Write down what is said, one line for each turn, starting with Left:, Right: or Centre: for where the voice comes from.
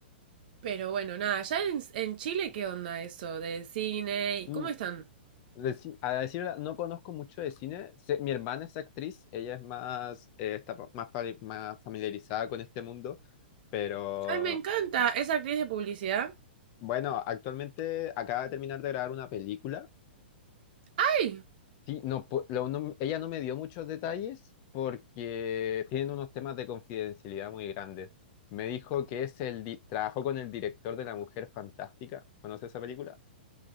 Right: pero bueno, nada, ¿ya en, en Chile qué onda eso de cine y
Left: Mm,
Right: cómo están?
Left: de ci- a decir verdad, no conozco mucho de cine. Sé- mi hermana es actriz, ella es más, eh, está pa- más, fa- más familiarizada con este mundo, pero...
Right: Ay, me encanta. ¿Es actriz de publicidad?
Left: Bueno, actualmente acaba de terminar de grabar una película.
Right: ¡Ay!
Left: Sí, no, pu- lo- no- ella no me dio muchos detalles porque tienen unos temas de confidencialidad muy grandes. Me dijo que es el di- trabajó con el director de La Mujer Fantástica. ¿Conoce esa película?